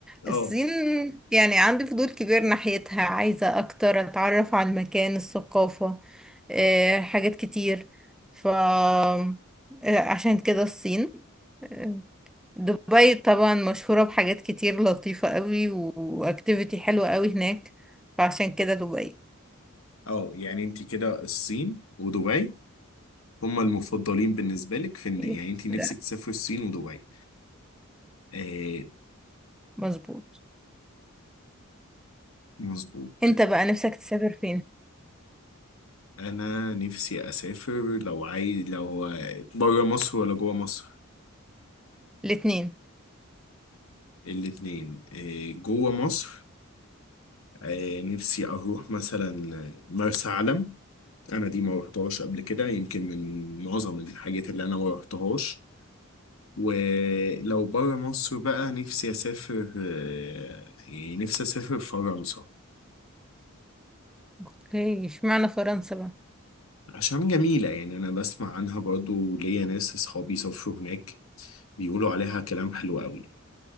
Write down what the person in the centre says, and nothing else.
الصين يعني عندي فضول كبير ناحيتها عايزة اكتر اتعرف على المكان الثقافة آه، حاجات كتير ف آه، عشان كده الصين آه، دبي طبعا مشهورة بحاجات كتير لطيفة قوي واكتيفيتي حلوة قوي هناك فعشان كده دبي
يس.
لا
مظبوط
انت بقى نفسك تسافر فين
الاتنين
اوكي اشمعنى فرنسا بقى